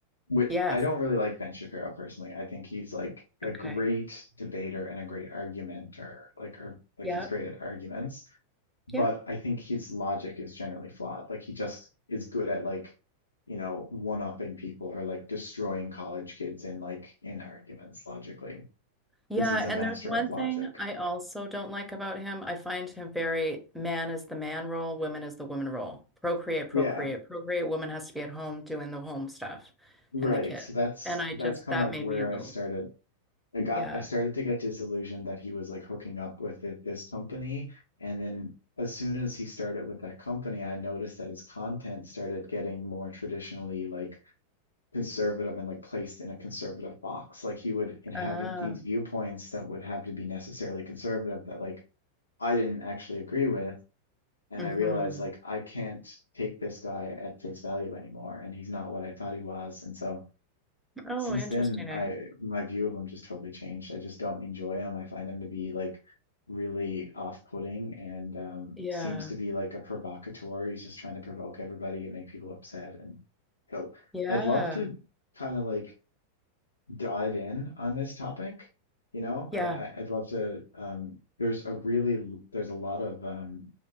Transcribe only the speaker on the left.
Which
I don't really like Ben Shapiro personally. I think he's like a
great debater and a great argumenter, like or like
he's great at arguments, but
I think his logic is generally flawed. Like he just is good at like you know one-upping people or like destroying college kids in like in arguments logically
because he's a
master
of logic.
Yeah.
Right.
So that's
that's
kind
of
where
I started. I got
I started to get disillusioned that he was like hooking up with it, this company. And then as soon as he started with that company, I noticed that his content started getting more traditionally like conservative and like placed in a conservative box. Like he would inhabit
these viewpoints that would have to be necessarily conservative that like I didn't actually agree with. And
I realized like I can't take this guy at face value anymore, and he's not what I thought he was. And so
since
then
I my view of them just totally changed. I just don't enjoy them. I find them to be like really off-putting and um,
seems to be like a provocateur. He's just trying to provoke everybody and make people upset. And so
I'd love to kind of like dive in on this topic. You know,
I, I I'd love to. Um, there's a really there's a lot of um,